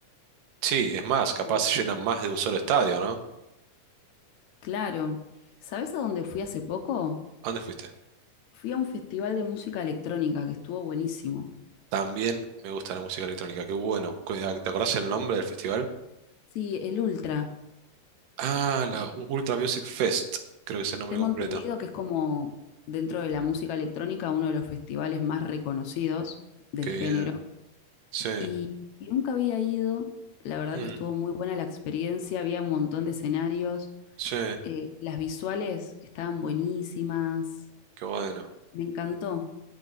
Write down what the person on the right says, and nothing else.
Sí, es más, capaz
llenan más de un solo estadio, ¿no?
¿A dónde fuiste?
También me gusta la música electrónica. Qué bueno. Cu- ah, ¿Te acordás el nombre del festival?
Ah, la
U- Ultra Music Fest. Creo que es el nombre
completo.
Qué bien.
Sí.
Mm,
Sí.
Qué bueno.